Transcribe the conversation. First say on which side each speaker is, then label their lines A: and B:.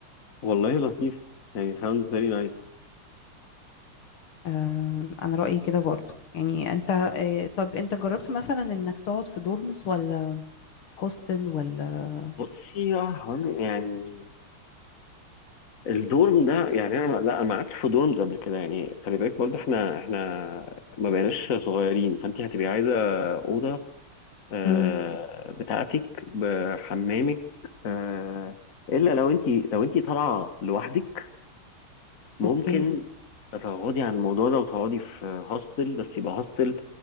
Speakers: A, on the left; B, on the left.
A: والله لطيف يعني sounds very nice
B: آه انا رأيي كده برضو يعني انت آه طب انت جربت مثلا انك تقعد في دورمز ولا هوستل ولا
A: بصي يا هون يعني الدورم ده يعني انا ما- لا ما قعدتش في دورمز قبل كده يعني خلي بالك برضه احنا احنا ما بقيناش صغيرين فانت هتبقي عايزه اوضه آه،
B: امم
A: بتاعتك بحمامك آه، الا لو انت لو انت طالعه لوحدك ممكن
B: اوكي
A: تتغاضي عن الموضوع ده وتقعدي في هوستل بس يبقى هوستل